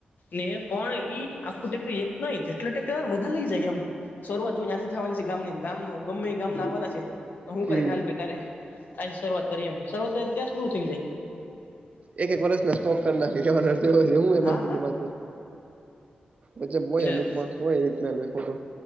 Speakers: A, on the left; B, on the right.
A: ને પણ ઈ આખું ટેક્ટર એક નહી જેટલો ટેક્ટર આવેને બધા લઈ જાય એમ. શરૂઆત જો જ્યાંથી થવાની છે ગામની ગામ ગમે ગામ ના આવવાના છે. શું
B: હમ
A: કરે ખાલ ભાઈ તારે આજ શરૂઆત કરી એમ શરૂઆત ત્યાં પૂરું થઈ જાય.
B: એક એક વર્ષના સ્ટોક કાઢી નાંખે એવુ એમાંથી
A: હા હા
B: તેંમાંથી. એતો
A: એટલે
B: હોય અમુક માણસો હોય એ રીત ફોટો